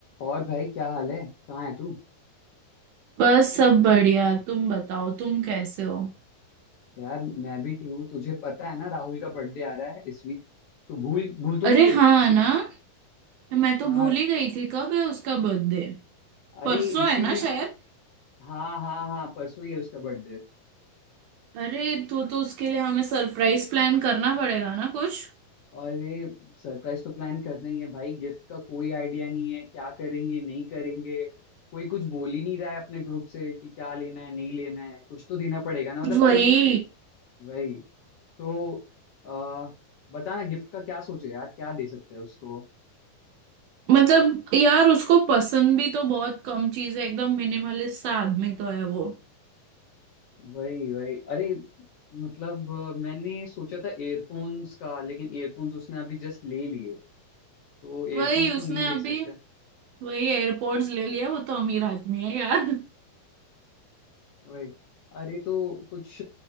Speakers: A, on the left (about 75°); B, on the right (about 75°).
A: और भाई क्या हाल है कहाँ है तू
B: बस सब बढ़िया तुम बताओ तुम कैसे हो
A: यार मैं भी ठीक हूँ तुझे पता है ना राहुल का बर्थडे आ रहा है इस वीक तू भूल भूल तो
B: अरे
A: नहीं गई
B: हाँ ना मैं तो
A: हाँ
B: भूल ही गई थी कब है उसका बर्थडे
A: अरे
B: परसों
A: इसी
B: है ना
A: वीक
B: शायद
A: हाँ हाँ हाँ परसों ही है उसका बर्थडे
B: अरे तो तो उसके लिए हमें सरप्राइज प्लान करना पड़ेगा ना कुछ
A: अरे सरप्राइज तो प्लान करना ही है भाई गिफ्ट का कोई आइडिया नहीं है क्या करेंगे नहीं करेंगे कोई कुछ बोल ही नहीं रहा है अपने ग्रुप से कि क्या लेना है नहीं लेना है कुछ तो देना पड़ेगा ना मतलब
B: वही
A: चल वही तो आ, बताना गिफ्ट का क्या सोचे यार क्या दे सकते हैं उसको
B: मतलब यार उसको पसंद भी तो बहुत कम चीज है एकदम मिनिमलिस्ट सा आदमी तो है वो
A: वही वही अरे मतलब अ, मैंने सोचा था एयरफोन्स का लेकिन एयरफोन्स उसने अभी जस्ट ले लिए तो एयरफोन्स
B: वही उसने
A: तो नहीं
B: अभी
A: देख सकते
B: वही एयरपोर्ट्स ले लिया वो तो अमीर आदमी है यार
A: वही अरे तो कुछ